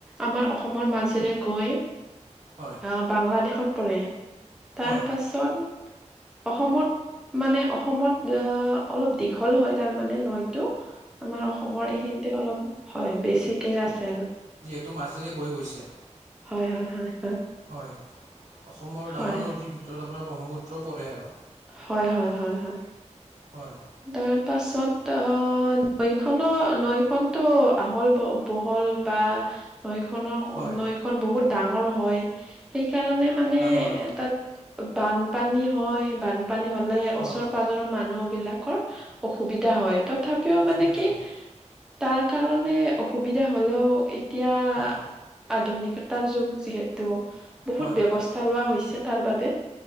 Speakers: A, in the centre; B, on the right.
A: আমাৰ অসমৰ মাজেৰে গৈ
B: হয়,
A: আহ বাংলাদেশত পৰে তাৰ
B: হয়,
A: পাছত অসমত মানে অসমত আহ অলপ দীঘল হয় তাৰ মানে ন আমাৰ অসমৰ এইখিনিতে অলপ হয় বেছিকে আছে আৰু
B: তটো মাজেৰে বৈ গৈছে
A: হয় হয়।
B: হয় অসমৰ
A: হয়।
B: ডাঙৰ নদীৰ ভিতৰত আপোনাৰ ব্ৰহ্মপুত্ৰ পৰে আৰু
A: হয় হয় হয় হয়।
B: হয়,
A: তাৰ পাছত আহ অ নৈ খনৰ নৈখনতো আহল ব বহল বা নৈখনৰ
B: হয়,
A: নৈখন বহুত ডাঙৰ হয় সেইকাৰণে মানে
B: ডাঙৰ হয়,
A: তাত বানপানী হয় বানপানী হলে
B: হয়,
A: ওচৰ পাজৰৰ মানুহ বিলাকৰ অসুবিধা হয় তথাপিও
B: অসুবিধা
A: মানে কি
B: হয়,
A: তাৰ কাৰণে অসুবিধা হলেও এতিয়া
B: হয়
A: আধুনিকতাৰ যুগ যিহেতু বহুত
B: হয়,
A: ব্যৱস্থা
B: হয়,
A: লোৱা হৈছে তাৰ বাবে।